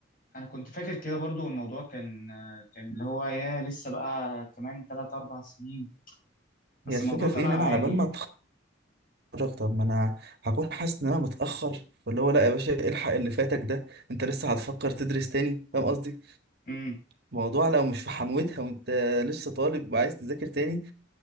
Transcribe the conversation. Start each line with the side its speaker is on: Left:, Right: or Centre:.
Left: انا كنت فاكر كده برضو الموضوع كان كان اللي هو يا لسه بقى كمان 3 4 سنين بس
Right: هي الفكره
Left: الموضوع
Right: في
Left: طلع
Right: ايه ان
Left: عادي
Right: انا على بال
Left: يعني
Right: ما اتفرج طب ما انا هكون حاسس ان انا متاخر فاللي هو لا يا باشا إيه الحق اللي فاتك ده انت لسه هتفكر تدرس تاني فاهم قصدي
Left: امم
Right: الموضوع لو مش في حموتها وانت لسه طالب وعايز تذاكر تاني